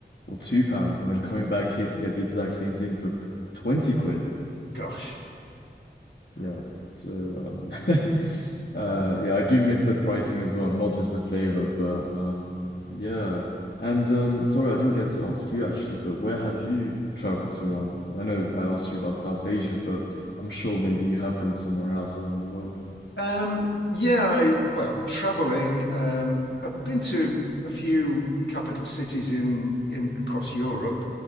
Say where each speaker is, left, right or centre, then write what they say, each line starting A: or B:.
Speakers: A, on the left; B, on the left.
A: or two pounds, and then coming back here to get the exact same thing for twenty quid.
B: gosh.
A: Yeah. So um, <laughs> uh, yeah, I do miss the pricing as well, not just the flavor, but um, yeah. And um, sorry, I didn't get to ask you actually, but where have you traveled to around the world? I know I asked you about South Asia, but I'm sure maybe you have gone somewhere else around the world.
B: Um, yeah, I, well, traveling. Um, I've been to a few capital cities in in across Europe,